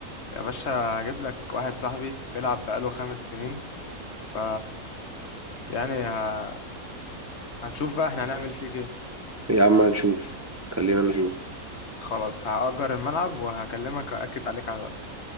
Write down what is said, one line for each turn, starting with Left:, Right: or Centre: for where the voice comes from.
Left: يا باشا هجيب لك واحد صاحبي بيلعب بقاله خمس سنين ف يعني ه... هنشوف بقى احنا هنعمل فيه ايه
Right: يا عم هنشوف خلينا نشوف
Left: خلاص هأجر الملعب وهكلمك وأكد عليك على الوقت